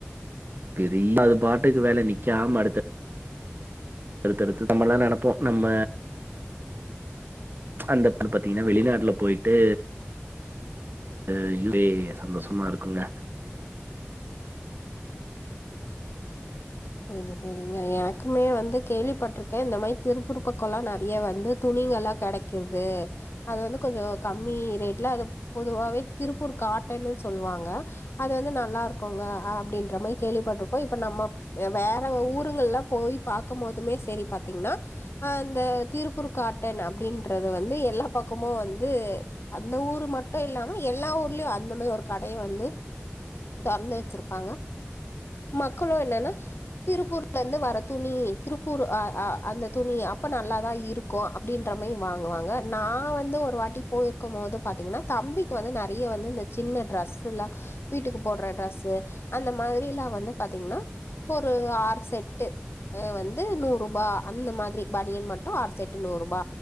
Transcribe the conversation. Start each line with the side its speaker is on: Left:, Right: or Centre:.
Right: பெரிய அது பாட்டுக்கு வேல நிக்காம அடுத்த அடுத்தடுத்து நம்மல்லா நெனைப்போ நம்ம அந்த பாத்தீங்கன்னா வெளிநாட்ல போய்ட்டு <unintelligible> சந்தோஷமா இருக்குங்க
Left: செரிங்க செரி இங்க எனக்குமே வந்து கேள்விபட் ட்றுக்கே இந்த மாரி திருப்பூர் பக்கொலா நெறையா வந்து துணிங்கலா கெடைக்கிர்து அது வந்து கொஞ்சொ கம்மி ரேட்ல அது பொதுவாவே திருப்பூர் காட்டனுன் சொல்வாங்க அது வந்து நல்லா இருக்குங்க அ அப்டின்ற மா கேள்விபட்ருக்கோ இப்ப நம்ம வெ வேற ஊருங்கல்ல போய் பாக்கம்போதுமே செரி பாத்திங்னா அ ந்த திருப்பூர் காட்டன் அப்டின் றது வந்து எல்லா பக்கமு வந் து அந்த ஊரு மட்டு இல்லாம எல்லா ஊர்லயு அந்த மாய் ஒரு கடைய வந்து தொறந்து வச்சிருப்பாங்க மக்களூ என்னன்னா திருப்பூர்ல இருந்து வர துணி திருப்பூர் அ அ அந்த துணி அப்ப நல்லாதா இருக்கு அப்டின்ற மாரி வாங்குவாங்க நா வந்து ஒரு வாட்டி போயிருக்கும் போது பாத்திங்கனா தம்பிக்கு வந்து நெறையா வந்து இந்த சின்ன டிரெஸ்ஸுலா வீட்டுக்கு போடுற ட்ரெஸ்ஸு அந்த மாதிரிய்லா வந்து பாதிதீங்னா ஒரு ஆறு செட்டு அ வந்து நூறுபா அந்த மாதிரி பனியன் மட்டு ஆறு செட் நூறுபா